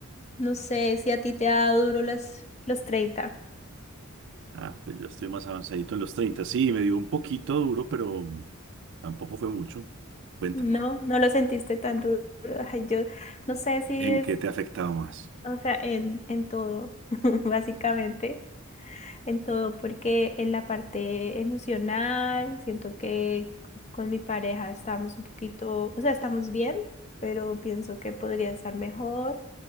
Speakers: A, on the left; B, on the right.
A: No sé si a ti te ha dado duro los, los 30.
B: Ah, pues yo estoy más avanzadito en los 30. Sí, me dio un poquito duro, pero tampoco fue mucho. Cuéntamelo.
A: ¿no? No lo sentiste tan duro. Ay, yo no sé si
B: ¿En
A: es,
B: qué te ha afectado más?
A: o sea, en, en todo, <laughs> básicamente. en todo, porque en la parte emocional siento que con mi pareja estamos un poquito, o sea, estamos bien, pero pienso que podría estar mejor.